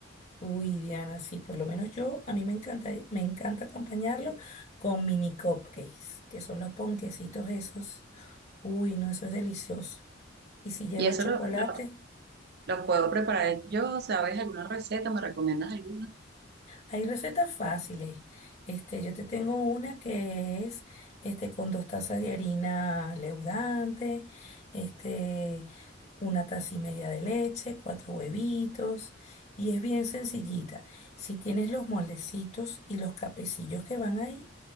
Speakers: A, on the left; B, on the right.
A: Uy, Diana, sí, por lo menos yo, a mí me encanta, me encanta acompañarlo con mini cupcakes, que son los ponquecitos esos. Uy, no, eso es delicioso. Y si lleva
B: Y eso
A: chocolate.
B: lo, lo, lo puedo preparar yo, ¿sabes? ¿Alguna receta? ¿Me recomiendas alguna?
A: Hay recetas fáciles. Este, yo te tengo una que es este, con dos tazas de harina leudante, este, una taza y media de leche, cuatro huevitos. Y es bien sencillita. Si tienes los moldecitos y los capecillos que van ahí,